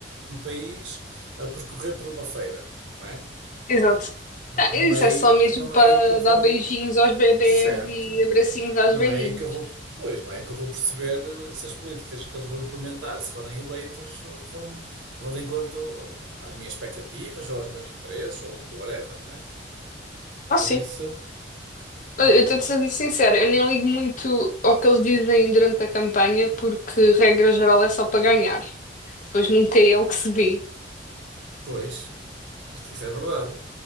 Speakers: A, on the right (about 85°); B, on the left (about 45°).
A: um país a percorrer por uma feira, não é?
B: Exato.
A: N-
B: Ah, isso
A: Não é aí,
B: é só
A: que-
B: mesmo
A: não
B: para
A: é aí que eu vou.
B: dar beijinhos aos bebés
A: Certo,
B: e abracinhos aos
A: não
B: velhinhos.
A: é aí que eu vou. Pois, não é aí que eu vou perceber eh, se as políticas que eles vão implementar, se forem eleitos, vão, vão de acordo às minhas expectativas, ou aos meus interesses, ou whatever, não é?
B: Ah,
A: Por
B: sim.
A: isso,
B: Eu
A: não
B: eu estou-te
A: é?
B: a ser sincera, eu nem ligo muito ao que eles dizem durante a campanha, porque regra geral é só para ganhar. Depois nunca é o que se vê.
A: Pois. Isto, isto é verdade.